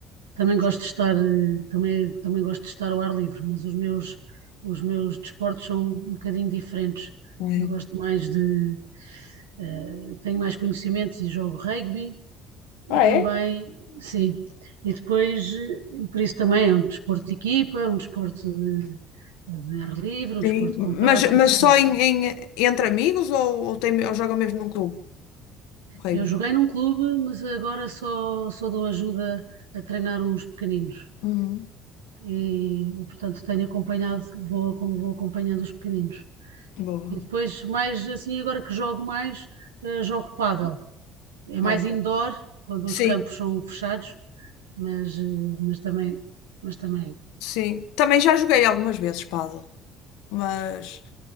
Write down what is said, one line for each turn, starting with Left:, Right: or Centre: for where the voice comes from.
Right: também gosto de estar, eh, também, também gosto de estar ao ar livre, mas os meus, os meus desportos são um bocadinho diferentes.
Left: É.
Right: Eu gosto mais de, eh, tenho mais conhecimentos e jogo rugby
Left: Ah,
Right: e também,
Left: é?
Right: sim, e depois, eh, e por isso também é um desporto de equipa, um desporto de, de ar livre, um desporto
Left: Sim.
Right: compacto
Left: Mas,
Right: e,
Left: mas
Right: portanto,
Left: só em, em- entre amigos ou, ou, tem, ou jogam mesmo num clube? Ok.
Right: eu joguei num clube, mas agora só, só dou ajuda a treinar uns pequeninos.
Left: Uhum.
Right: e, e, portanto tenho acompanhado, vou, vou acompanhando os pequeninos.
Left: Boa.
Right: E depois, mais assim, agora que jogo mais, eh, jogo pádel. É mais
Left: Ok.
Right: indoor, quando
Left: Sim,
Right: os campos são fechados, mas, eh, mas também, mas também,
Left: sim. Também já joguei algumas vezes pádel, mas